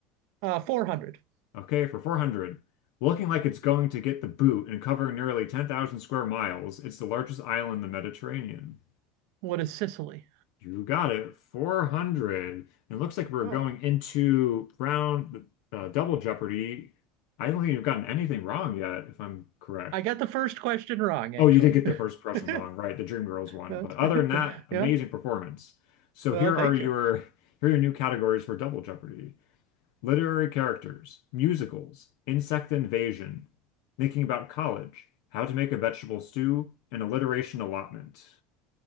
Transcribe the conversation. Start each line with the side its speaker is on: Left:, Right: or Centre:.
Right: Uh 400.
Left: Okay, for 400. Looking like it's going to get the boot and covering nearly 10,000 square miles, it's the largest island in the Mediterranean.
Right: What is Sicily?
Left: You got it. 400. It looks like we're
Right: Oh,
Left: going into round uh, double Jeopardy. I don't think you've gotten anything wrong yet, if I'm correct.
Right: I got the first question wrong actually.
Left: Oh, you did get the first impression
Right: <laughs>
Left: wrong, right? The Dreamgirls one.
Right: That's
Left: But other than that, amazing
Right: yeah.
Left: performance. So
Right: Well,
Left: here
Right: thank
Left: are your
Right: you.
Left: here are your new categories for double Jeopardy. Literary characters, musicals, insect invasion, thinking about college, how to make a vegetable stew, and alliteration allotment.